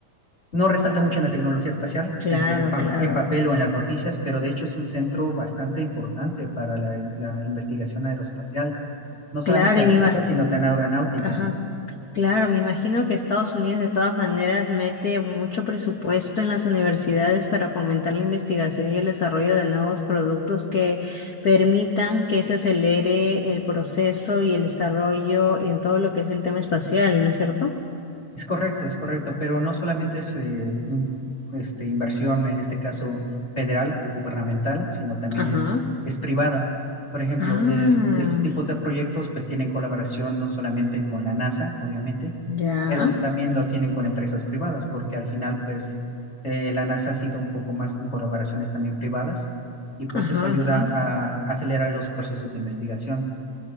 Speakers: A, on the left; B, on the left.
A: no resalta mucho en la tecnología espacial,
B: Claro,
A: eh, en, pa-
B: claro.
A: en papel o en las noticias, pero de hecho es un centro bastante importante para la, la investigación aeroespacial, no solamente
B: Claro,
A: aeroespacial,
B: y me
A: sino tan aeronáutica.
B: imagino. Claro, me imagino que Estados Unidos de todas maneras mete mucho presupuesto en las universidades para fomentar la investigación y el desarrollo de nuevos productos que permitan que se acelere el proceso y el desarrollo en todo lo que es el tema espacial, ¿no es cierto?
A: Es correcto, es correcto, pero no solamente es eh, un- este, inversión, en este caso federal o gubernamental, sino también
B: Ajá.
A: este, es privada. Por ejemplo,
B: Ah,
A: es- estos tipos de proyectos pues tienen colaboración no solamente con la NASA, obviamente,
B: ya.
A: pero también lo tienen con empresas privadas, porque al final pues eh, la NASA ha sido un poco más con colaboraciones también privadas y pues
B: Ajá,
A: eso ayuda
B: ajá.
A: a acelerar los procesos de investigación.